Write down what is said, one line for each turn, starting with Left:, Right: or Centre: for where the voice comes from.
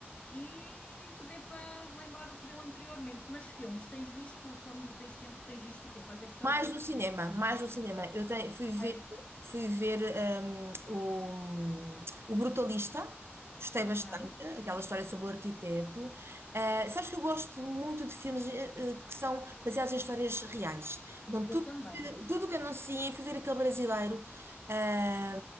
Left: e que dê para relembrar o que deu anteriormente. Mas filmes, tens visto, quando tens tempo, tens visto o quê? Quais é que são
Right: Mais
Left: as tuas
Right: no
Left: preferências
Right: cinema,
Left: em
Right: mais
Left: termos
Right: no
Left: de
Right: cinema.
Left: filmes?
Right: Eu tenho- fui ver,
Left: Ah, é?
Right: fui ver hum, o, o Brutalista, gostei bastante,
Left: Aham.
Right: aquela história sobre o arquiteto. Ah, sabes que eu gosto muito de filmes eh, eh, que são baseados em histórias reais. Então,
Left: Eu
Right: tudo,
Left: também.
Right: que- tudo que anunciem, fui ver aquele brasileiro ah,